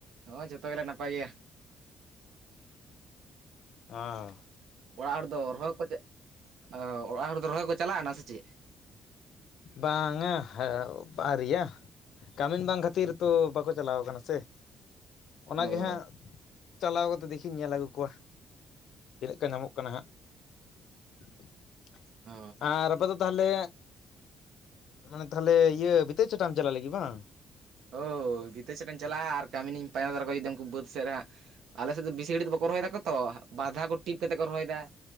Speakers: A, on the right; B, on the left.
A: ᱦᱚᱸ ᱡᱚᱛᱚ ᱜᱮᱞᱮ ᱱᱟᱯᱟᱭ ᱜᱮᱭᱟ
B: ᱚᱸᱻ
A: ᱚᱲᱟᱜ ᱦᱚᱲ ᱫᱚ ᱨᱚᱦᱚᱭ ᱠᱚ ᱪᱟ ᱟᱻ ᱚᱲᱟᱜ ᱦᱚᱲ ᱫᱚ ᱨᱚᱦᱚᱭ ᱠᱚ ᱪᱟᱞᱟᱜ ᱮᱱᱟ ᱥᱮ ᱪᱮᱫ?
B: ᱵᱟᱝ‌-ᱟ <unintelligible> ᱟᱹᱣᱨᱤᱭᱟ ᱠᱟᱹᱢᱤᱱ ᱵᱟᱝ ᱠᱷᱟᱹᱛᱤᱨ ᱛᱚ ᱵᱟᱠᱚ ᱪᱟᱞᱟᱣ ᱠᱟᱱᱟ ᱥᱮ ᱾ ᱚᱱᱟᱜᱮ
A: ᱚ
B: ᱦᱟᱸᱜ ᱪᱟᱞᱟᱣ ᱠᱟᱛᱮᱫ ᱫᱮᱠᱷᱤᱧ ᱧᱮᱞ ᱟᱹᱜᱩ ᱠᱚᱣᱟ ᱛᱤᱱᱟᱹᱜ ᱠᱚ ᱧᱟᱢᱚᱜ ᱠᱟᱱᱟ ᱦᱟᱸᱜ ᱾
A: ᱚ
B: ᱟᱨ ᱟᱯᱮ ᱫᱚ ᱛᱟᱦᱚᱸᱞᱮ ᱢᱟᱱᱮ ᱛᱟᱦᱚᱸᱞᱮ ᱤᱭᱟᱹ ᱵᱷᱤᱛᱟᱹ ᱪᱷᱟᱴᱟᱣ ᱮᱢ ᱪᱟᱞᱟᱜ ᱞᱟᱹᱜᱤᱫ ᱵᱟᱝ᱾
A: ᱦᱳᱭ ᱵᱷᱤᱛᱟᱹ ᱪᱷᱟᱴᱟᱧ ᱪᱟᱞᱟᱜᱼᱟ ᱟᱨ ᱠᱟᱹᱢᱤᱱᱤᱧ ᱯᱟᱸᱡᱟ ᱛᱟᱨᱟ ᱠᱚᱣᱟ ᱡᱩᱫᱤ ᱩᱝᱠᱩ ᱵᱟᱹᱫᱽ ᱥᱮᱜ ᱨᱮ ᱦᱟᱸᱜ ᱟᱞᱮ ᱥᱮᱫ ᱫᱚ ᱵᱤᱥᱤ ᱜᱷᱟᱹᱲᱤᱡ ᱫᱚ ᱵᱟᱠᱚ ᱨᱚᱦᱚᱭᱮᱫᱟ ᱠᱚ ᱛᱚ᱾ᱵᱟᱨ ᱫᱷᱟᱣ ᱠᱚ ᱴᱤᱯ ᱠᱟᱛᱮ ᱠᱚ ᱨᱚᱦᱚᱭᱮᱫᱟ ᱾